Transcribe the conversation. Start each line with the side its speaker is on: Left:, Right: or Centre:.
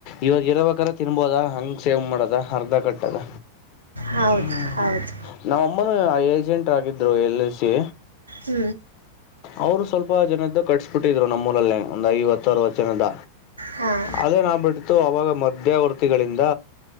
Left: ಇವಾಗ ಇರಬೇಕ್ರ ತಿನ್ಬೋದ ಹಂಗ ಸೇವ್ ಮಾಡದ ಅರ್ಧ ಕಟ್ಟದ
Right: ಹೌದು
Left: ಹ್ಮ್
Right: ಹೌದು
Left: ನಾವ ಅಮ್ಮನೂ ಏಜೆಂಟ್ ಆಗಿದ್ರು ಎಲ್ ಎ ಸಿ
Right: ಹ್ಮ್
Left: ಅವರು ಸ್ವಲ್ಪ ಜನದ್ದ ಕಟ್ಿಸಬಿಟ್ಟಿದ್ರು ನಮ್ಮ ಮೂಲಲ್ಲೇ ಒಂದ್ ಐವತ್ತವತ್ತು ಜನದ
Right: ಹಾಂ
Left: ಅದೇನಾಗಬಿಟ್ಟಿತ್ತು ಅವಾಗ ಮಧ್ಯವರ್ತಿಗಳಿಂದ